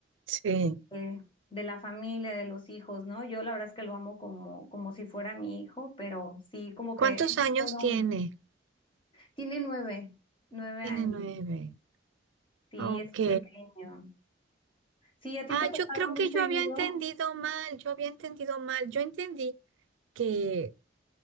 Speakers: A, on the right (about 85°); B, on the left (about 25°).
A: sí.
B: eh, de la familia, de los hijos, ¿no? Yo la verdad es que lo amo como, como si fuera mi hijo, pero sí, como
A: ¿Cuántos
B: que eso
A: años
B: fue lo
A: tiene?
B: único. Tiene nueve, nueve años.
A: Tiene nueve.
B: Sí,
A: Ok.
B: es pequeño. Sí, ¿a ti
A: Ah,
B: te pasaba
A: yo creo
B: muy
A: que
B: seguido?
A: yo había entendido mal, yo había entendido mal. Yo entendí que